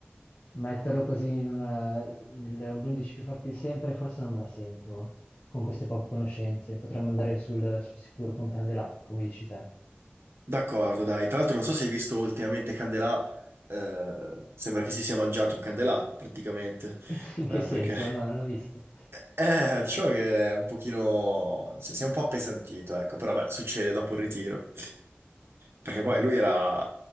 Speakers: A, on the left; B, on the right.
A: Metterlo così in una, nell'11 più forti di sempre, forse non me la sento con queste poche conoscenze. Potremmo andare sul, sul sicuro con Candelà, come dici te.
B: D'accordo, dai. Tra l'altro non so se hai visto ultimamente Candelà, eh, sembra che si sia mangiato un Candelà, praticamente,
A: <laughs> In che
B: eh,
A: senso?
B: perché...
A: No, non l'ho visto.
B: Eh, eh, diciamo che è un pochino... si si è un po' appesantito, ecco, però beh, succede dopo il ritiro. Perché poi
A: Vabbè,
B: lui era,